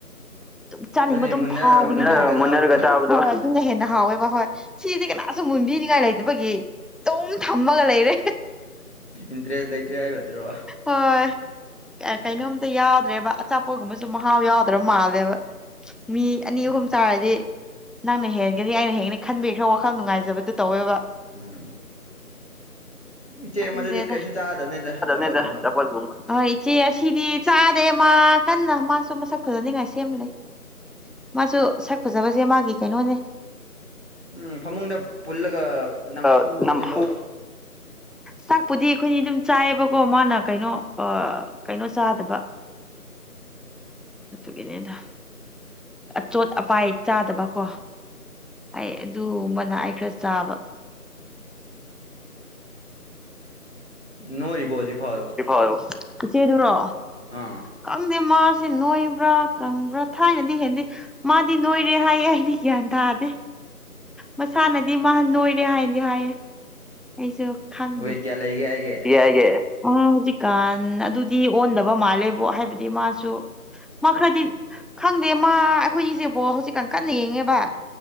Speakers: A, in the centre; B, on the left.
A: ꯑꯗꯨꯝ ꯆꯥꯅꯤꯡꯕ
B: ꯑꯗꯨꯅꯦ
A: ꯑꯗꯨꯝ
B: ꯃꯨꯟꯅ
A: ꯐꯥꯎꯕꯅꯦꯕꯥ
B: ꯃꯨꯟꯅꯔꯒ ꯆꯥꯕꯗꯣ
A: ꯊꯨꯅ ꯍꯦꯟꯅ ꯍꯥꯎꯋꯦꯕ ꯍꯣꯏ ꯁꯤꯗꯤ ꯀꯅꯥꯁꯨ ꯃꯨꯟꯕꯤꯅꯤꯉꯥꯏ ꯂꯩꯗꯕꯒꯤ ꯑꯗꯨꯝ ꯊꯝꯃꯒ ꯂꯩꯔꯦ
B: ꯏꯟꯇꯔꯦꯁ ꯂꯩꯇ꯭ꯔꯦ ꯍꯥꯏꯕꯇ꯭ꯔꯣ
A: ꯍꯣꯏ ꯑꯦ ꯀꯩꯅꯣꯝꯇ ꯌꯥꯎꯗ꯭ꯔꯦꯕ ꯑꯆꯥꯄꯣꯠꯒꯨꯝꯕꯁꯨ ꯃꯍꯥꯎ ꯌꯥꯎꯗ꯭ꯔꯕ ꯃꯥꯜꯂꯦꯕ ꯃꯤ ꯑꯅꯤ ꯑꯍꯨꯝ
B: ꯎꯝ
A: ꯆꯥꯔꯗꯤ ꯅꯪꯅ ꯍꯦꯟꯒꯅꯤ ꯑꯩꯅ ꯍꯦꯟꯒꯥꯅꯤ ꯈꯟꯕꯤ ꯈꯔ ꯋꯥꯈꯜ ꯅꯨꯡꯉꯥꯏꯖꯕꯗꯨ ꯇꯧꯋꯦꯕ
B: ꯎꯝ ꯏꯆꯦ
A: ꯈꯪꯗ꯭ꯔꯦꯗ
B: ꯑꯃ ꯑꯗꯨꯗꯤ ꯀꯩꯁꯨ ꯆꯥꯗ꯫ꯅꯤꯗ
A: ꯆꯥꯗꯕꯅꯤꯗ
B: ꯆꯥꯄꯣꯠꯀꯨꯝꯕ
A: ꯍꯣꯏ ꯏꯆꯦ ꯑꯁꯤꯗꯤ ꯆꯥꯗꯦ ꯃꯥ ꯀꯟꯅ ꯃꯥꯁꯨ ꯃꯁꯛ ꯐꯖꯅꯤꯉꯥꯏ ꯁꯦꯝ ꯂꯩ
B: <unintelligible>
A: ꯃꯥꯁꯨ ꯁꯛ ꯐꯖꯕꯁꯦ ꯃꯥꯒꯤ ꯀꯩꯅꯣꯅꯦ
B: ꯎꯝ ꯐꯃꯨꯡꯗ ꯄꯨꯜꯂꯒ ꯅꯝꯐꯨ
A: ꯑ ꯅꯝꯐꯨ
B: ꯏꯟꯁꯤꯜꯂꯣ
A: ꯆꯥꯛꯄꯨꯗꯤ ꯑꯩꯈꯣꯏꯅꯤ ꯑꯗꯨꯝ ꯆꯥꯏꯌꯦꯕꯀꯣ ꯃꯥꯅ ꯀꯩꯅꯣ ꯑꯥ ꯀꯩꯅꯣ ꯆꯥꯗꯕ ꯑꯗꯨꯒꯤꯅꯦꯗ ꯑꯆꯣꯠ ꯑꯄꯥꯏ ꯆꯥꯗꯕꯀꯣ ꯑꯩ ꯑꯗꯨꯒꯨꯝꯕꯅ ꯑꯩ ꯈꯔ ꯆꯥꯕ
B: ꯅꯣꯏꯔꯤꯕꯣ ꯍꯧꯖꯤꯐꯥꯎ
A: <unintelligible> ꯏꯆꯦꯗꯨꯅꯣ
B: ꯑꯥ
A: ꯀꯪꯗꯦ ꯃꯥꯁꯦ ꯅꯣꯏꯕ꯭ꯔꯥ ꯀꯪꯕ꯭ꯔꯥ ꯊꯥꯏꯅꯗꯤ ꯍꯦꯟꯗꯦ ꯃꯥꯗꯤ ꯅꯣꯏꯔꯦ ꯍꯥꯏꯌꯦ ꯑꯩꯗꯤ ꯒ꯭ꯌꯥꯟ ꯇꯥꯗꯦ ꯃꯁꯥꯅꯗꯤ ꯃꯥ ꯅꯣꯏꯔꯦ ꯍꯥꯏꯗꯤ ꯍꯥꯏꯌꯦ ꯑꯩꯁꯨ ꯈꯪꯗꯦ
B: ꯋꯦꯠ ꯀꯌꯥ ꯂꯩꯒꯦ ꯍꯥꯏꯒꯦ
A: <unintelligible> ꯑꯣ ꯍꯧꯖꯤꯛꯀꯥꯟ ꯑꯗꯨꯗꯤ ꯑꯣꯟꯗꯕ ꯃꯥꯜꯂꯦꯕꯣ ꯍꯥꯏꯕꯗꯤ ꯃꯥꯁꯨ ꯃꯥ ꯈꯔꯗꯤ ꯈꯪꯗꯦ ꯃꯥ ꯑꯩꯈꯣꯏ ꯅꯤꯁꯦ ꯕꯣ ꯍꯧꯖꯤꯛꯀꯥꯟ ꯀꯟꯅ ꯌꯦꯡꯉꯦꯕ